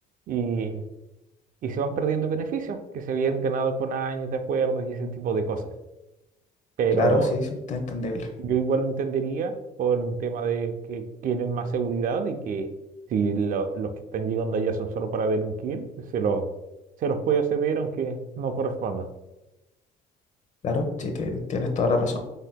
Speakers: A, on the right (about 55°); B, on the left (about 45°).
A: y, y se van perdiendo beneficios que se habían ganado con años de acuerdos y ese tipo de cosas. Pero
B: Claro, sí, sí, está entendible.
A: yo igual lo entendería por un tema de que quieren más seguridad y que si lo- los que están llegando allá son solo para delinquir, se los, se los puede acceder aunque no corresponda.
B: Claro, sí, te- tienes toda la razón.